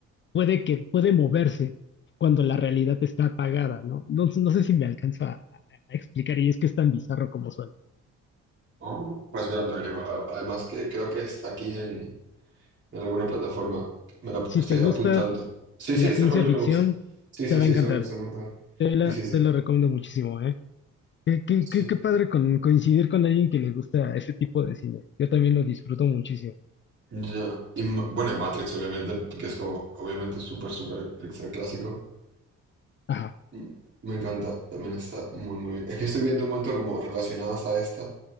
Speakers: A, on the left; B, on the right.
A: puede que puede moverse cuando la realidad está apagada, ¿no? No, no sé si me alcanzo a, a explicar y es que es tan bizarro como suena.
B: Oh, pues mira, me lo agrego. A- Además que creo que está aquí en, en alguna plataforma. Me lo
A: Si
B: estoy
A: te gusta
B: apuntando. Sí, sí,
A: la
B: ese
A: ciencia
B: rollo
A: ficción,
B: me gusta. Sí, sí,
A: te va
B: sí,
A: a encantar.
B: eso me gusta un montón.
A: Te la,
B: Sí, sí, sí.
A: te lo recomiendo muchísimo, ¿eh? Qué, qué,
B: Sí.
A: qué, qué padre con, coincidir con alguien que le gusta ese tipo de cine. Yo también lo disfruto muchísimo.
B: Ya. Y m- bueno, y Matrix, obviamente, que es como, obviamente, súper, súper extra clásico.
A: Ajá.
B: Mm, Me encanta, también está muy, muy bien. Es que estoy viendo un montón como relacionadas a esta,